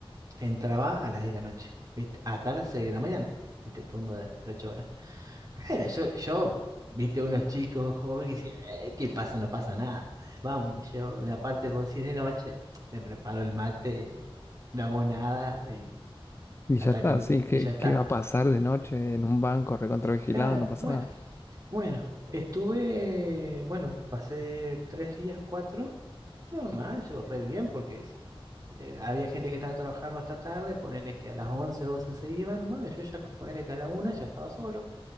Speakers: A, on the right (about 35°); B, on the left (about 25°).
A: entraba a las diez de la noche, ¿viste? Hasta las 6 de la mañana, ¿viste? Turno de, de 8 horas. Bueno, yo, yo, ¿viste? Unos chicos jóvenes que dicen, "Eh, ¿qué pasa? No pasa nada. Vamos, yo, y aparte, vos decís de noche, me preparo el mate, no hago nada y,
B: Y
A: hasta
B: ya está,
A: que, me-
B: sí, ¿qué,
A: y ya está.
B: qué va a pasar de noche en un banco recontravigilado?
A: Claro,
B: No pasa
A: bueno,
B: nada.
A: bueno, estuve, bueno, pasé tres días, cuatro. Normal, yo re bien, porque es- eh, había gente que estaba trabajando hasta tarde, ponerle que a las 11 12 se iban, bueno, yo ya ponerle que a la una ya estaba solo,